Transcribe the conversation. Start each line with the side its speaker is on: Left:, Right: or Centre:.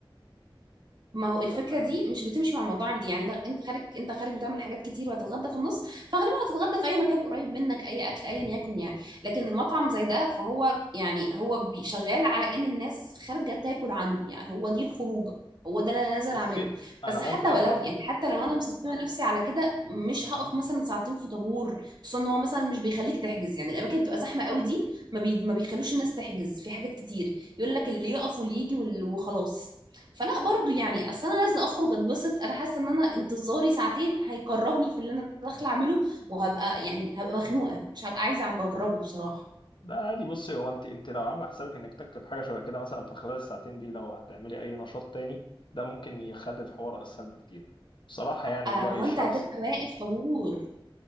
Right: ما هو الفكره
Left: فاهم
Right: دي مش بتمشي مع المطاعم دي يعني انت انت خارج انت خارج بتعمل حاجات كتير وهتتغدى في النص فغالبا هتتغدى في اي مكان قريب منك اي اكل ايا يكن يعني لكن المطعم زي ده فهو يعني هو بي- شغال على ان الناس خارجه تاكل عنده يعني هو دي الخروجه هو ده اللي انا نازل
Left: بصي
Right: اعمله
Left: انا
Right: بس
Left: ممكن
Right: حتى
Left: افهم
Right: ولو يعني حتى لو انا مسستمه نفسي على كده مش
Left: أها.
Right: هقف مثلا ساعتين في طابور خصوصا ان هو مثلا مش بيخليك تحجز يعني الاماكن اللي بتبقى زحمه قوي دي ما, بي... ما بيخلوش الناس تحجز في حاجات كتير يقول لك اللي يقف واللي يجي وال- وخلاص فلا برضو يعني اصل انا نازله اخرج اتبسط انا حاسه ان انا انتظاري ساعتين هيكرهني في اللي انا داخله اعمله وهبقى يعني هبقى مخنوقه مش هبقى عايزه اجربه بصراحه
Left: ده عادي بصي هو انت انت لو عامله حسابك انك تكتب حاجه شبه كده مثلا في خلال الساعتين دي لو هتعملي اي نشاط تاني ده ممكن يخلي الحوار اسهل بكتير بصراحه يعني
Right: آه،
Left: من رايي
Right: ما هو
Left: الشخصي
Right: انت هتبقى واقف طابور